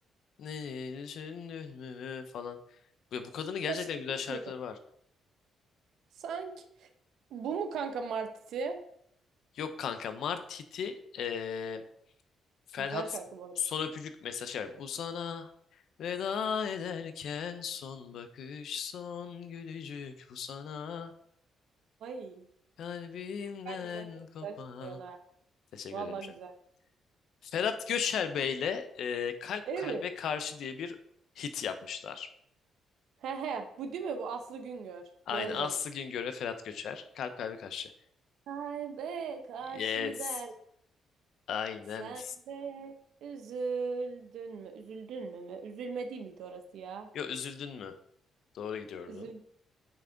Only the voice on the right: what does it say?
Ya sanki.
Sanki bu mu kanka Martiti?
Güzel şarkı bu arada.
Ay.
Ben güzel çok
güzel söylüyorsun ha.
Valla
güzel.
Evet.
He he. Bu değil mi? Bu Aslı Güngör.
Gördüm.
Kalbe karşı
der
sen de üzüldün mü? Üzüldün mü mü? Üzülme değil miydi orası ya?
Üzül,